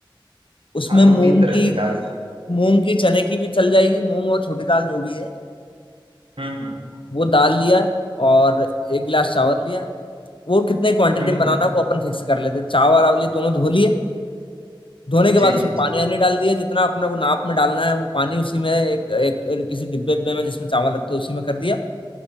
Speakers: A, on the left; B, on the right.
A: उसमें
B: हाँ दो
A: मूंग
B: तीन तरह
A: की
B: की दाल
A: मूंग की चने की भी चल जाएगी मूंग और छोटी दाल जो भी है
B: हम्म हम्म
A: वो दाल लिया और एक गिलास चावल लिया वो कितने क्वांटिटी
B: हम्म हम्म
A: में बनाना
B: हम्म।
A: है वो अपन फिक्स कर लेते हैं चावल आवली दोनों धो लिए धोने के बाद
B: जी
A: उसमें
B: जी
A: पानी
B: जी
A: आनी डाल दिया जितना अपने को नाप में डालना है वो पानी उसी में एक एक किसी डिब्बे डिब्बे में जिसमें चावल रखते हैं उसी में कर दिया